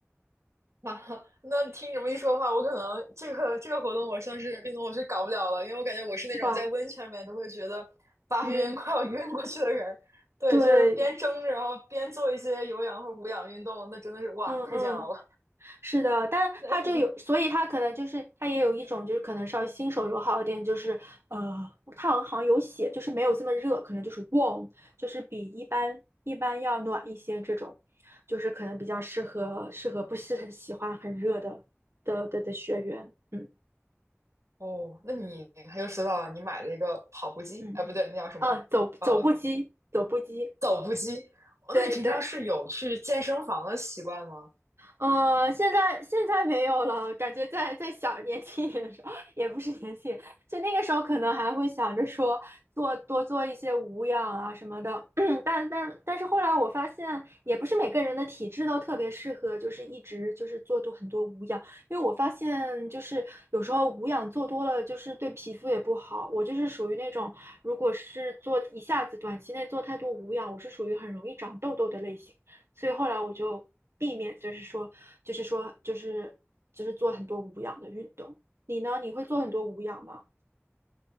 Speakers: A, on the right (about 85°); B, on the right (about 65°).
A: 啊，那听你这么一说的话，我可能这个这个活动我算是运动我是搞不了了，因为我感觉我是那种在温泉里面都会觉得发晕，
B: 是吧？晕，
A: <laughs> 快要晕过去的人。对，
B: 对，
A: 就是边蒸着，然后边做一些有氧或无氧运动，那真的是哇，
B: 嗯嗯。
A: 太煎熬了。
B: 是的，但他就有，
A: 那你
B: 所以他可能就是他也有一种就是可能稍微新手友好一点，就是呃，他好像好像有写，就是没有这么热，可能就是 warm，就是比一般一般要暖一些这种，就是可能比较适合适合不是很喜欢很热的的的的学员，嗯
A: 哦，那你很有思道啊！你买了一个跑步机，
B: 嗯，
A: 哎，不对，那叫什么？
B: 啊，走走步机，
A: 呃，
B: 走步机，
A: 走步机。哦那你平常是有去健身房的习惯吗？
B: 对对。呃，现在现在没有了，感觉在在小年轻一点的时候，<laughs> 也不是年轻，就那个时候可能还会想着说做多做一些无氧啊什么的，<clears throat> 但但但是后来我发现，也不是每个人的体质都特别适合，就是一直就是做多很多无氧，因为我发现就是有时候无氧做多了，就是对皮肤也不好。我就是属于那种，如果是做一下子短期内做太多无氧，我是属于很容易长痘痘的类型。所以后来我就避免，就是说，就是说，就是就是做很多无氧的运动。你呢？你会做很多无氧吗？